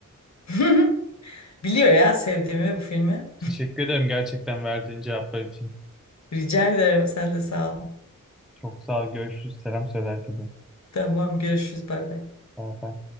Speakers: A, on the left; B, in the centre.
A: <laughs> Biliyor ya sevdiğimi bu filmi.
B: Teşekkür ederim gerçekten verdiğin cevaplar için.
A: <laughs> Rica ederim sen de sağ ol.
B: Çok sağ ol. Görüşürüz. Selam söyle herkese.
A: Tamam görüşürüz bay bay.
B: Bay bay.